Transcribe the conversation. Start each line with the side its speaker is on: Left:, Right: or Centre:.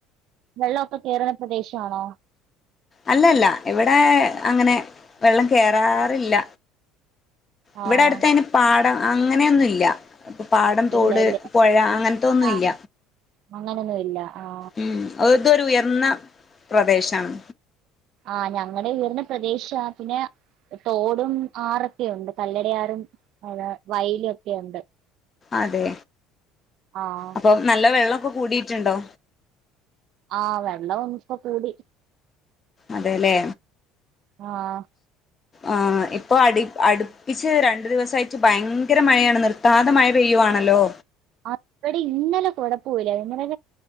Right: വെള്ളമൊക്കെ കേയറുന്ന പ്രദേശാണോ
Left: അല്ലല്ല ഇവിടെ അങ്ങനെ വെള്ളം കേറാറില്ല
Right: ആഹ്
Left: ഇവിടെ അടുത്ത അയിന് പാടം അങ്ങനെയൊന്നുല്ല അപ്പൊ പാടം തോട്
Right: ഇല്ല ഇല്ല
Left: പൊഴ അങ്ങനത്തൊന്നും
Right: ആഹ്
Left: ഇല്ല
Right: അങ്ങനൊന്നും ഇല്ല ആ
Left: ഉം ഇതൊരു ഉയർന്ന പ്രദേശാണ്
Right: ആ ഞങ്ങടെ ഉയർന്ന പ്രദേശാ പിന്നെ തോടും ആറൊക്കെ ഉണ്ട്.. കല്ലടയാറും വയലും ഒക്കെയുണ്ട്
Left: അതെ
Right: ആഹ്
Left: അപ്പൊ നല്ല വെള്ളമൊക്കെ കൂടിട്ടുണ്ടോ
Right: ആഹ് വെള്ളം ഒന്ന് ഇപ്പോ കൂടി
Left: അതെല്ലേ
Right: ആഹ്
Left: ആ് ഇപ്പോ അടി അടുപ്പിച്ച് രണ്ടു ദിവസമായിട്ട് ഭയങ്കര മഴയാണ് നിർത്താതെ മഴ പെയ്യുകയാണ് ഹലോ
Right: ആ അവിടെ ഇന്നലെ കൊഴപ്പുല്ല ഇന്നലെ